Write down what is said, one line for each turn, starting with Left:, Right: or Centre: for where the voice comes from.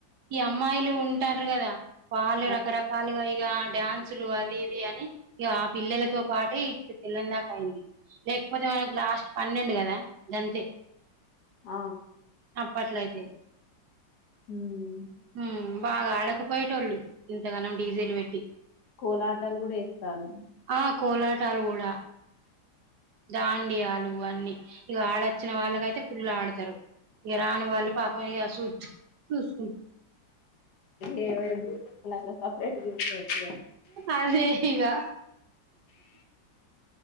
Right: ఈ అమ్మాయిలు ఉంటా ర్ కదా వాళ్ళు
Left: ఎక్కువ.
Right: రకరకాలుగా ఇగ డ్యాన్సులు అది ఇది అని ఇగ ఆ పిల్లలతో పాటి ఇటు తెల్లన్దాకా అయింది లేకపోతే మనకు లాస్ట్ పన్నెండు కదా గంతే
Left: ఆ
Right: అప్పట్లయితే
Left: ఉమ్.
Right: ఉమ్ బాగా ఆడకపోయేటోళ్ళు ఇంతగనం డీజిల్ పెట్టి
Left: కోలాటలు కూడా వేస్తాళ్ళ
Right: ఆ కోలాటాలు కూడా దాండీయాలు ఇవన్నీ ఇక ఆడొచ్చిన వాళ్ళకయితే ఫుల్ ఆడతారు ఇక రాని వాళ్ళు పాపం ఇగ చూ చూసి
Left: ఏ ఎవరు గ్రూప్ వాళ్ళు అట్లా సపరేట్ చేసుకోవచ్చు గా
Right: అదే ఇగా